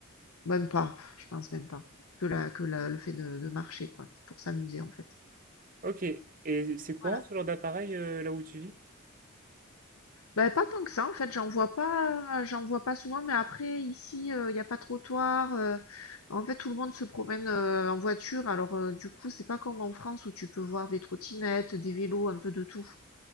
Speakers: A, on the left; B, on the right.
A: même pas, je pense même pas, que la, que la, le fait de, de marcher, quoi. C'est pour s'amuser, en fait.
B: Ok. Et c'est courant
A: Voilà.
B: ce genre d'appareil euh, là où tu vis?
A: Ben, pas tant que ça, en fait, j'en vois pas, j'en vois pas souvent, mais après, ici, euh, il n'y a pas de trottoir, euh, en fait, tout le monde se promène euh, en voiture, alors, euh, du coup, c'est pas comme en France où tu peux voir des trottinettes, des vélos, un peu de tout.